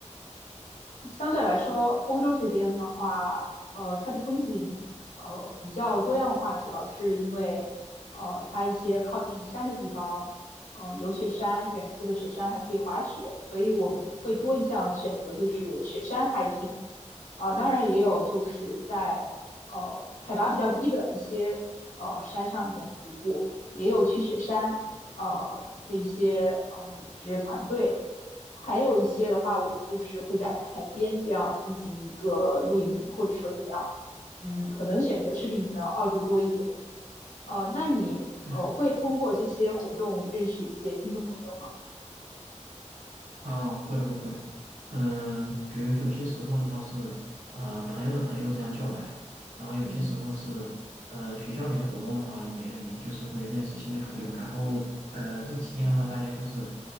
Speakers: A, on the left; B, on the right.
A: 相对来说，欧洲这边的话，呃，它的风景，呃，比较多样化，主要是因为，呃，它一些靠近山的地方，呃，有雪山，远处的雪山还可以滑雪，所以我们会多一项选择，就是雪山 hiking。啊、当然也有就是在呃海拔比较低的一些呃山上面徒步，也有去雪山呃的一些呃组织团队。还有一些的话，我们就是会在海边这样进行一个露营，或者说怎么样，嗯，可能选择是比你们澳洲多一点。呃，那你呃会通过这些活动认识一些新的朋友吗？
B: 嗯啊，会会会，嗯，比如有些时候的话是，呃，朋友的朋友这样叫来，然后有些时候是，
A: 嗯
B: 呃，学校里的活动的话，也也就是会认识新的朋友，然后，呃，这期间的话，
A: 嗯
B: 大家就是